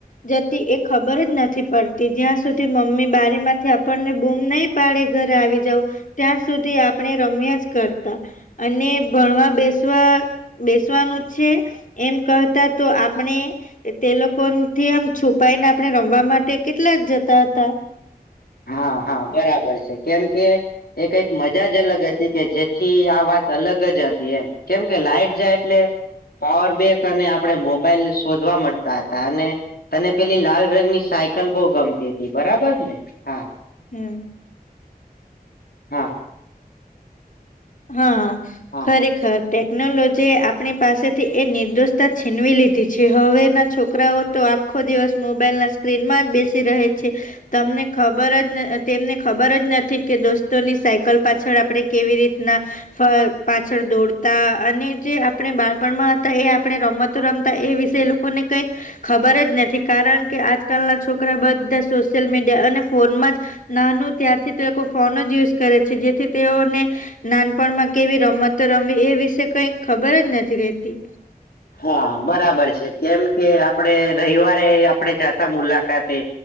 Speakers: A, on the left; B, on the left.
A: જતી. એ ખબર જ નથી પડતી, જ્યાં સુધી મમ્મી બારી માંથી આપણને બૂમ નહી પાડે ઘર આવી જાઉ, ત્યાં સુધી આપણે રમ્યા જ કરતા. અને ભણવા બેસવા બેસવાનું છે એમ કહતા, તો આપણે તે લોકોથી આમ છુપાઈને, આપણે રમવા માટે કેટલા જતા હતા.
B: હા-હા બરાબર છે. કેમ કે એ કઈક મજા જ અલગ હતી, કે જેથી આ વાત અલગ જ હતી એમ. કેમ કે, લાઈટ જાય એટલે પાવર બેંક અને આપણે મોબાઈલ શોધવા મળતા હતા, અને તને પેલી લાલ રંગની સાયકલ બહુ ગમતી હતી, બરાબર હા
A: હમ્મ.
B: હમ્મ.
A: હા.
B: હા
A: ખરેખર. ટેકનોલોજીએ આપણી પાસેથી એ નિર્દોષતા છીનવી લીધી છે. હવેના છોકરાઓ તો આખો દિવસ મોબાઈલ ના સ્ક્રીનમાં જ બેસી રહે છે. તમને ખબર જ તેમને ખબર જ નથી, કે દોસ્તોની સાયકલ પાછળ આપણે કેવી રીત ના ફર પાછળ દોડતા. અને જે આપણે બાળપણમાં હતા, એ આપણે રમત રમતા. એ વિશે એ લોકોને કંઈક ખબર જ નથી. કારણ કે, આજકાલના છોકરા બધા સોશિયલ મીડિયા અને ફોનમાં જ નાનું ત્યારથી તે લોકો ફોન જ યુઝ કરે છે જેથી તેઓને નાનપણમાં કેવી રમતો રમવી એ વિશે કઈ ખબર જ નથી રેતી.
B: હા, બરાબર છે, કેમ કે આપડે રવિવારે આપડે જાતા મુલાકાતે.